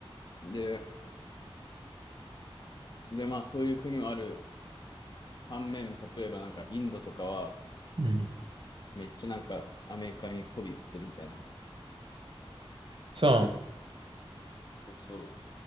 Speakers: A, on the left (about 45°); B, on the right (about 60°).
A: うん。で、で、まあそういう国もある。反面、例えばなんかインドとかは、
B: うん。
A: めっちゃなんかアメリカに媚び売ってるみたいな。
B: そ
A: そう。